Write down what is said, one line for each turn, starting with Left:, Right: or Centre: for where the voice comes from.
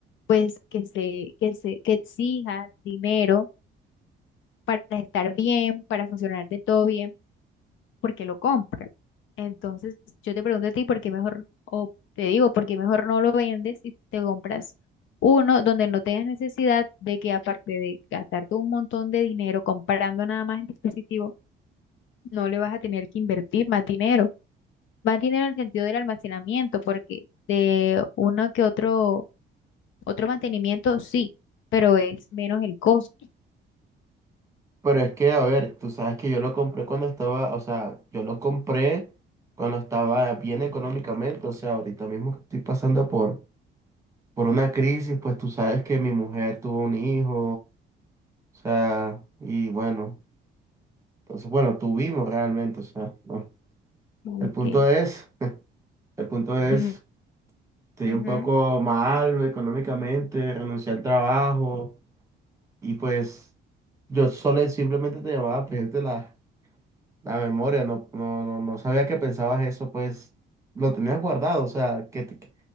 Left: pues que se, que se, que exija dinero para estar bien, para funcionar de todo bien porque lo compran. Entonces, yo te pregunto a ti, ¿por qué mejor, o te digo, ¿por qué mejor no lo vendes y te compras uno donde no tengas necesidad de que aparte de gastarte un montón de dinero comprando nada más el dispositivo, no le vas a tener que invertir más dinero? Más dinero en el sentido del almacenamiento, porque de uno que otro, otro mantenimiento sí, pero es menos el costo.
Right: Pero es que, a ver, tú sabes que yo lo compré cuando estaba, o sea, yo lo compré cuando estaba bien económicamente, o sea, ahorita mismo que estoy pasando por, por una crisis, pues tú sabes que mi mujer tuvo un hijo, o sea, y bueno, entonces, bueno, tuvimos realmente, o sea, no.
Left: Ok.
Right: El punto es, el punto
Left: <laughs>
Right: es, estoy
Left: Ujú.
Right: un poco mal económicamente, renuncié al trabajo y pues Yo solo simplemente te llamaba a pedirte la, la memoria, no, no, no, no sabía que pensabas eso, pues lo tenías guardado, o sea, ¿qué te, qué